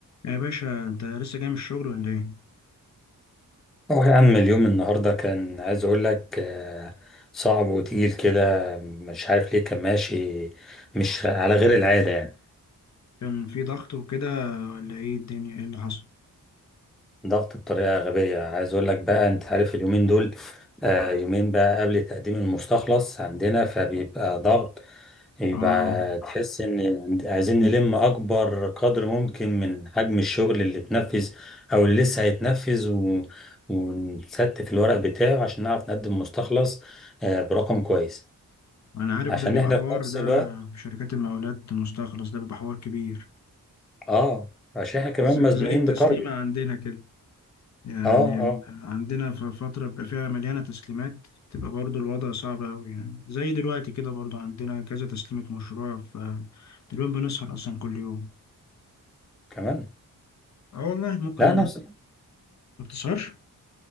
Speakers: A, on the left (about 50°); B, in the centre.
A: يا باشا انت لسه جاي من الشغل ولا ايه
B: اه يا عم اليوم النهاردة كان عايز اقول لك آه، صعب وتقيل كده مش عارف ليه كان ماشي مش على غير العادة يعني
A: كان في ضغط وكده ولا ايه الدنيا ايه اللي حصل
B: ضغط بطريقة غبية عايز اقول لك بقى انت عارف اليومين دول آه، يومين بقى قبل تقديم المستخلص عندنا فبيبقى ضغط بيبقى
A: اه
B: تحس ان عند- عايزين نلم اكبر قدر ممكن من حجم الشغل اللي اتنفذ او اللي لسه هيتنفذ و... ونستف الورق بتاعه عشان نعرف نقدم مستخلص آه، برقم كويس
A: انا عارف
B: عشان
A: ده بيبقى
B: احنا
A: حوار
B: في نفس
A: ده
B: الوقت
A: في شركات المقاولات المستخلص ده بيبقى حوار كبير
B: اه عشان احنا كمان
A: ز-
B: مزنوقين
A: زي التسليمة
B: بتارجت
A: عندنا كده يعني
B: اه اه
A: عندنا في فترة بيبقى فيها مليانة تسليمات تبقى برضو الوضع صعب أوي يعني زي دلوقتي كده برضو عندنا كذا تسليمة مشروع فتقريبا بنسهر أصلا كل يوم
B: كمان
A: اه والله ممكن
B: لا نفس
A: ما بتسهرش